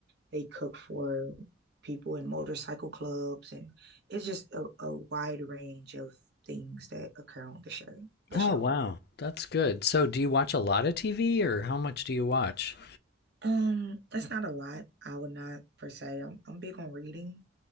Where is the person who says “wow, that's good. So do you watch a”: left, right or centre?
Left